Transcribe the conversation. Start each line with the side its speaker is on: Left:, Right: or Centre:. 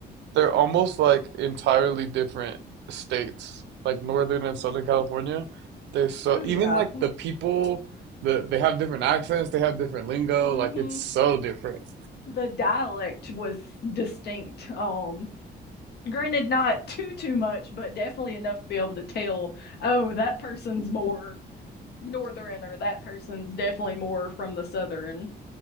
Right: They're almost like entirely different states, like Northern and Southern California. They're so
Left: Oh
Right: even
Left: yeah.
Right: like the people, the they have different accents, they have different lingo,
Left: hmm
Right: like it's so different.
Left: The dialect was distinct. Um, Granted, not <laughs> too too much, but definitely enough to be able to tell, oh, that person's more northern or that person's definitely more from the southern